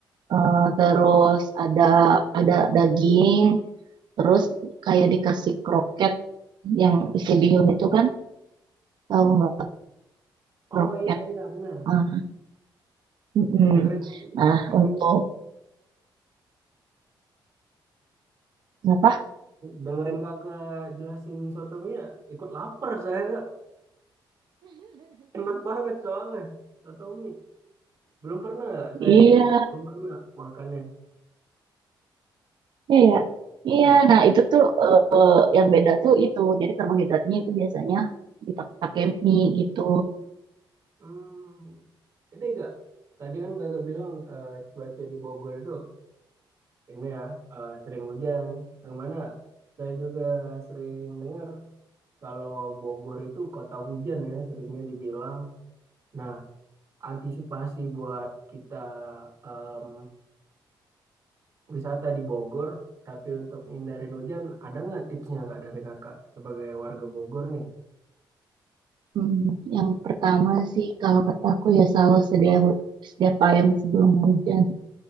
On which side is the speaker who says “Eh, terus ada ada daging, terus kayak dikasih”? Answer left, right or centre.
Right